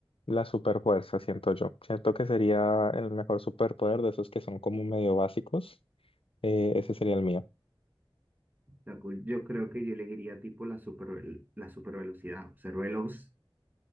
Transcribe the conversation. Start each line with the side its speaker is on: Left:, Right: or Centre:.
Left: la superfuerza, siento yo. Siento que sería el mejor superpoder de esos que son como medio básicos. Eh, ese sería el mío.
Right: La cool- Yo creo que yo elegiría tipo la super, la super velocidad, ser veloz,